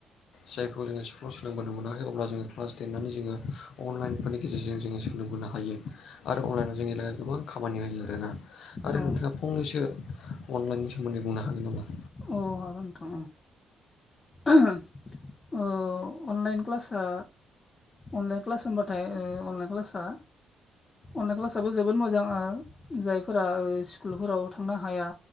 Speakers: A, on the left; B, on the left.
A: जायखौ जोङो स्कुलाव सोंनो मोनाखै अब्ला जोङो क्लास टेननानै जोङो अनलाइनफोरनि गेजेरजों जो सों नों गोनो हायो‌। आरो अनलाइनाव जोंनि गोबां खामानि होयो आरोना आरो
B: औ
A: नोंथाङा फंनैसो अनलाइननि सोमोन्दै बुंनो हागोन नामा?
B: अ हागोनथ' औ <inaudible> ओहो अनलाइन क्लास ओ अनलाइन क्लास होनबाथाय ओ अनलाइन क्लासा अनलाइन क्लासाबो जोबोद मोजां ओ जायफोरा ओ स्कुलफोराव थांनो हाया।